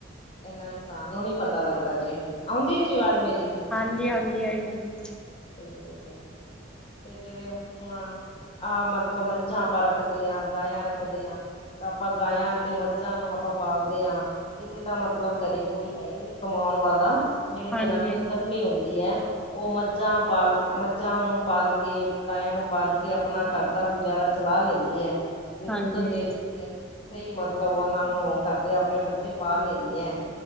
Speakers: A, on the left; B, in the centre.
A: ਏਨਾ ਇਨਸਾਨ ਨੂੰ ਨੀ ਪਤਾ ਲੱਗਦਾ ਜੀ, ਆਉਂਦੀ ਏ ਜੀ ਆਵਾਜ਼ ਮੇਰੀ?
B: ਹਾਂਜੀ ਹਾਂਜੀ ਆਈ ਜਾਂਦੀ।
A: ਠੀਕ ਐ ਜੀ ਤੇ ਜੇੜੇ ਆ ਹੁਣ ਆਹ ਮਤਲਬ ਮੱਝਾਂ ਆਪਾਂ ਰੱਖਦੇ ਆਂ, ਗਾਇਆ ਰੱਖਦੇ ਆਂ। ਤੇ ਆਪਾਂ ਗਾਇਆਂ ਤੇ ਮੱਝਾਂ ਨੂੰ ਆਪਾਂ ਪਾਲਦੇ ਆਂ। ਕਿਸੇ ਦਾ ਮਤਲਬ ਘਰੇ ਕੋਈ ਹੈ ਈ ਨੀ ਕਮਾਣ ਵਾਲਾ, ਜੇੜੀ
B: ਹਾਂਜੀ
A: ਜਨਾਨੀ ਕੱਲੀ ਹੁੰਦੀ ਐ। ਓ ਮੱਝਾਂ ਪਾਲ ਮੱਝਾਂ ਨੂੰ ਪਾਲ ਕੇ, ਗਾਇਆਂ ਨੂੰ ਪਾਲ ਕੇ ਆਪਣਾ ਘਰ ਦਾ ਗੁਜ਼ਾਰਾ ਚਲਾ ਲੈਂਦੀ ਐ। ਵੀ ਦੁੱਧ
B: ਹਾਂਜੀ
A: ਵੇਚ ਕੇ ਕਈ ਮਤਲਬ ਓਨਾਂ ਨੂੰ ਓ ਕਰਦੇ ਆਪਣੇ ਬੱਚੇ ਪਾਲ ਲੈਂਦੀਆਂ ਏ।